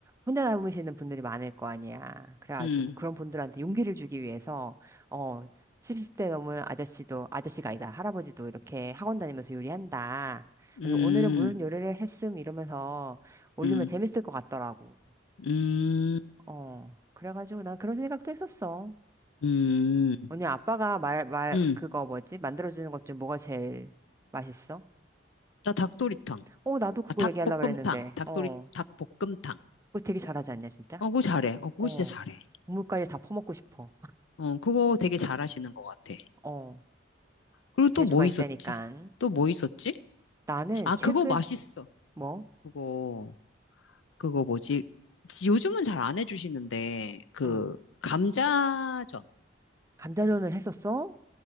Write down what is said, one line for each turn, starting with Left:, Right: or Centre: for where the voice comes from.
Right: 혼자 남으시는 분들이 많을 거 아니야. 그래가지고
Left: 음,
Right: 그런 분들한테 용기를 주기 위해서 어 70대 넘은 아저씨도 아저씨가 아니다 할아버지도 이렇게 학원 다니면서 요리한다. 그래서
Left: 음,
Right: 오늘은 무슨 요리를 했음 이러면서 올리면
Left: 음,
Right: 재밌을 것 같더라고.
Left: 음,
Right: 어 그래가지고 난 그런 생각도 했었어.
Left: 음,
Right: 언니 아빠가 말 말
Left: 음.
Right: 그거 뭐지 만들어주는 것 중 뭐가 제일 맛있어?
Left: 나 닭도리탕.
Right: 어 나도 그거
Left: 아, 닭볶음탕.
Right: 얘기하려고 그랬는데.
Left: 닭도리,
Right: 어
Left: 닭볶음탕.
Right: 그거 되게 잘하지 않냐, 진짜?
Left: 어, 그거 잘해. 어, 그거
Right: 어.
Left: 진짜 잘해.
Right: 국물까지 다 퍼먹고 싶어.
Left: 어, 그거 되게 잘하시는 것 같아.
Right: 어.
Left: 그리고 또
Right: 재주가
Left: 뭐
Right: 있다니까.
Left: 있었지? 또 뭐 있었지?
Right: 나는
Left: 아,
Right: 최근,
Left: 그거 맛있어.
Right: 뭐?
Left: 그거, 그거 뭐지? 지- 요즘은 잘 안 해주시는데, 그,
Right: 응.
Left: 감자전,
Right: 감자전을 했었어?